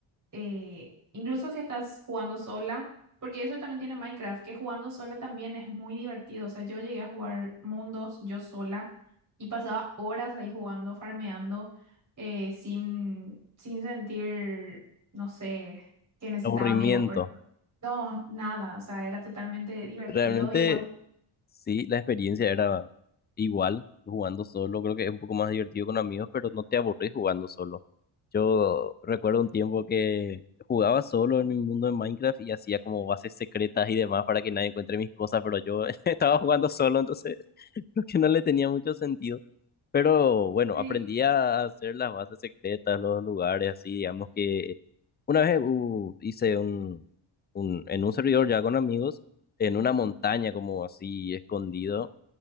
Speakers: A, on the right (about 35°); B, on the left (about 20°).
A: eh, incluso si estás jugando sola, porque eso también tiene Minecraft, que jugando sola también es muy divertido. O sea, yo llegué a jugar mundos yo sola y pasaba horas ahí jugando, farmeando, eh, sin, sin sentir, no sé, que necesitaba
B: Aburrimiento.
A: amigos, por ejemplo. No, nada, o sea, era totalmente divertido
B: Realmente
A: igual.
B: Sí, la experiencia era igual jugando solo. Creo que es un poco más divertido con amigos, pero no te aburrís jugando solo. Yo recuerdo un tiempo que jugaba solo en mi mundo de Minecraft y hacía como bases secretas y demás para que nadie encuentre mis cosas, pero yo <laughs> estaba jugando solo, entonces <laughs> creo que no le tenía mucho sentido. Pero bueno,
A: Sí.
B: aprendí a hacer las bases secretas, los lugares, así, digamos que una vez uh, hice un, un, en un servidor ya con amigos, en una montaña como así escondido,